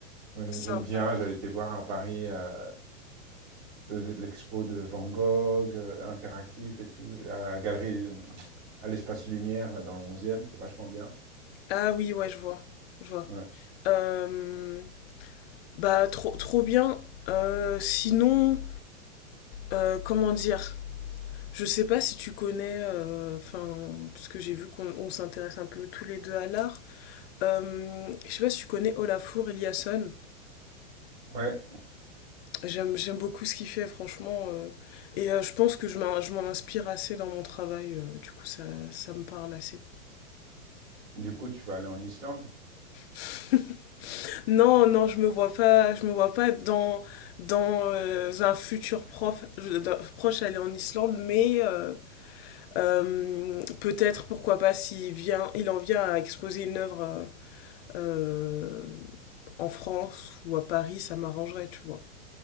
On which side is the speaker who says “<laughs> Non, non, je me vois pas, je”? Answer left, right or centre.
Left